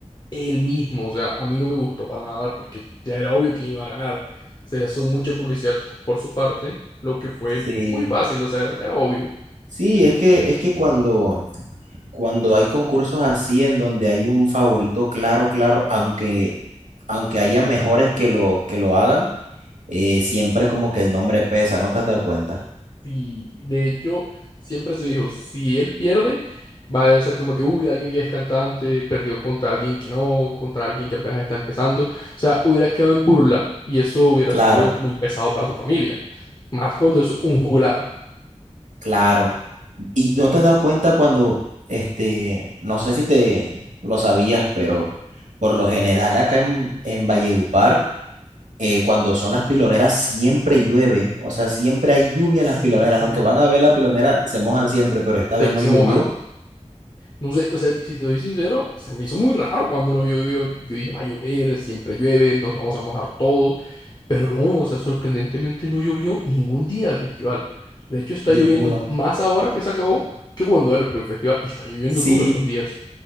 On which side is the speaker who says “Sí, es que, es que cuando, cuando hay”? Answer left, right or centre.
Right